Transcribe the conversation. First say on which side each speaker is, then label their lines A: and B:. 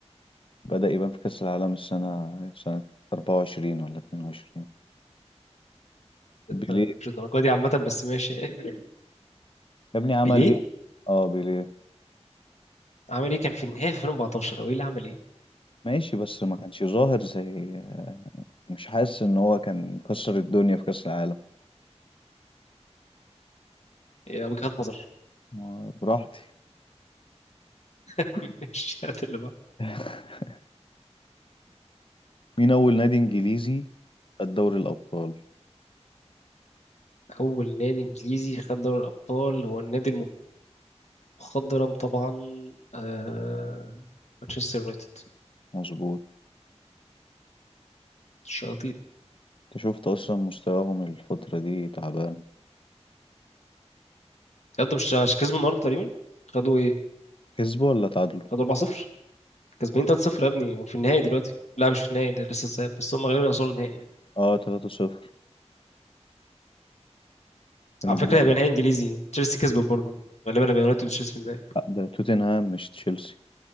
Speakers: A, on the left; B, on the left.
A: بدأ يبان في كأس العالم السنة سنة 24 ولا 22 بيليه
B: انت مش الدرجه دي عامه بس ماشي <laughs>
A: يا ابني عمل
B: بيليه
A: ايه؟ اه بيليه
B: عمل ايه كان في النهايه في 2014 او ايه اللي عمل ايه
A: ماشي بس ما كانش ظاهر زي مش حاسس ان هو كان كسر الدنيا في كأس العالم
B: يا وجهات نظر
A: آه، براحتي
B: <laughs> مش هات اللي بقى
A: <laughs> مين أول نادي إنجليزي خد دوري الأبطال؟
B: اول نادي انجليزي خد دوري الابطال هو النادي المخضرم طبعا آه... مانشستر يونايتد
A: مظبوط
B: الشياطين
A: انت شفت أصلا مستواهم الفترة دي تعبان
B: يقدم مش مش كسبوا النهارده تقريبا خدوا ايه
A: كسبوا ولا تعادلوا؟
B: خدوا 4-0 كسبانين 3-0 يا ابني هو في النهائي دلوقتي لا مش في النهائي ده لسه الذهاب بس هم غالبا هيوصلوا النهائي يعني
A: اه 3-0 كانوا
B: على فكره
A: بيلعبوا
B: هيبقى نهائي انجليزي تشيلسي كسبت برضه غالبا هيبقى يونايتد وتشيلسي في النهائي
A: لا، ده توتنهام مش تشيلسي